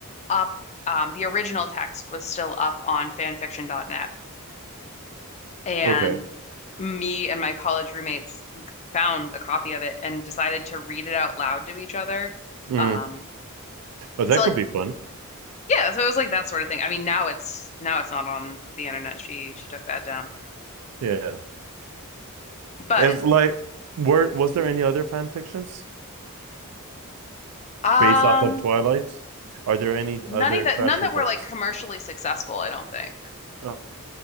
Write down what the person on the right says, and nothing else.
Okay.
Mm.
Oh, that
could be fun.
Yeah.
As like, were was there any other fan fictions
based off of Twilight? Are there any
other
trashy
books?
Oh,